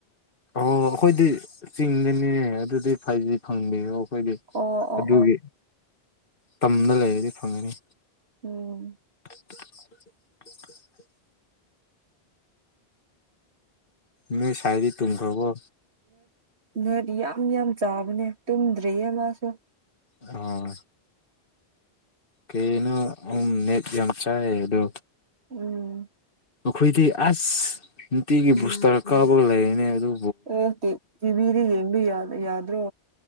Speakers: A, on the left; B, on the right.
A: ꯑꯣ ꯑꯩꯈꯣꯏꯗꯤ ꯆꯤꯡꯗꯅꯦ ꯑꯗꯨꯗꯤ ꯐꯥꯏꯚ ꯖꯤ ꯐꯪꯗꯦ ꯑꯣ ꯑꯩꯈꯣꯏꯗꯤ
B: ꯑꯣ ꯑꯣ
A: ꯑꯗꯨꯒꯤ
B: ꯑꯣ
A: ꯇꯝꯗ ꯂꯩꯔꯗꯤ ꯐꯪꯒꯅꯤ
B: ꯎꯝ
A: <inaudible> ꯅꯣꯏ ꯁꯥꯏꯗꯤ ꯇꯨꯝꯈꯔꯕꯣ
B: ꯅꯦꯠ ꯌꯥꯝ ꯌꯥꯝ ꯆꯥꯕꯅꯦ ꯇꯨꯝꯗ꯭ꯔꯤꯌꯦ ꯃꯥꯁꯨ
A: ꯑꯣ ꯀꯩꯩꯅꯣ ꯎꯝ ꯅꯦꯠ ꯌꯥꯝ ꯆꯥꯏ ꯍꯥꯏꯗꯨ
B: ꯎꯝ
A: ꯑꯩꯈꯣꯏꯗꯤ ꯑꯁ ꯅꯨꯡꯇꯤꯒꯤ ꯕꯨꯁꯇꯔ ꯀꯥꯄꯒ ꯂꯩꯔꯅꯦ ꯑꯗꯨ
B: ꯑꯣ ꯇꯤ ꯇꯤꯚꯤꯗ ꯌꯦꯡꯕ ꯌꯥ ꯌꯥꯗ꯭ꯔꯣ